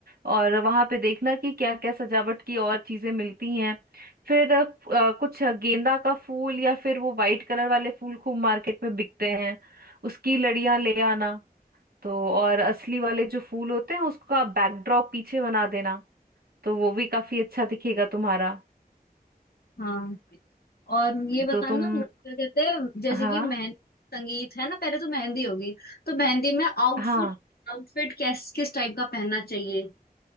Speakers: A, on the right; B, on the left.
A: और वहां पे देखना कि क्या क्या सजावट की और चीजें मिलती हैं फिर अ, कुछ गेंदा का फूल या फिर वो वाइट कलर वाले फूल खूब मार्केट में बिकते हैं उसकी लड़ियां ले आना तो और असली वाले जो फूल होते हैं उसका बैकड्रॉप पीछे बना देना तो वो भी काफी अच्छा दिखेगा तुम्हारा
B: हाँ और ये बताना
A: तो तुम
B: क्या कहते हैं जैसे
A: हाँ
B: कि मेहंदी संगीत है ना पहले तो मेहंदी होगी तो मेहंदी में आउटफुट
A: हाँ
B: आउटफिट किस किस टाइप का पहनना चाहिए